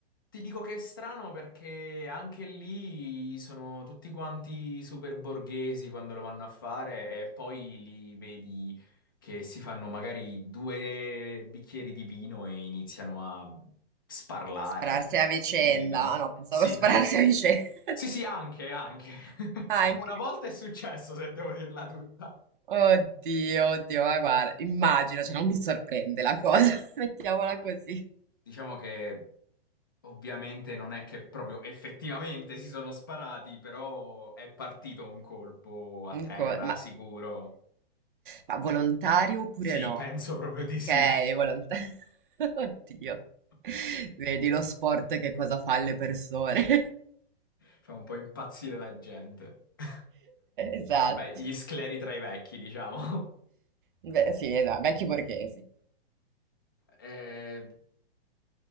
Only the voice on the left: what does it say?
ti dico che è strano perché anche lì sono tutti quanti super borghesi quando lo vanno a fare e poi li vedi che si fanno magari due bicchieri di vino e iniziano a sparlare.
a-
Sì,
sì,
Sì, sì, anche, anche. <laughs>
Una volta è successo, se devo dirla tutta.
Ah,
diciamo che ovviamente non è che proprio effettivamente si sono sparati, però è partito un colpo a
terra,
sicuro.
Sì,
penso proprio di sì.
<laughs>
Fa un po' impazzire la gente. <laughs>
Vabbè, gli scleri tra i vecchi, diciamo.
<laughs> Eh,